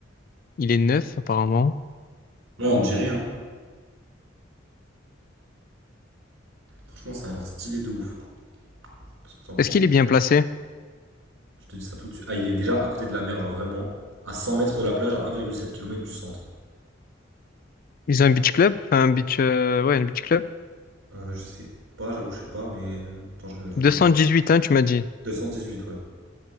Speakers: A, on the left; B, on the right.
A: il est neuf, apparemment.
B: Ouais, on dirait, hein. Franchement, ça a l'air stylé de ouf. Parce que t'en penses?
A: Est-ce qu'il est bien placé?
B: Je te dis ça tout de suite. Ah, il est déjà à côté de la mer, genre vraiment. À 100 mètres de la plage, à 1,7 km du centre.
A: Ils ont un beach club? Enfin, un beach. euh, ouais, un beach club.
B: Euh, je sais pas, j'avoue, je sais pas, mais. euh, Attends, je regarde les photos.
A: 218, hein, tu m'as dit.
B: 218, ouais.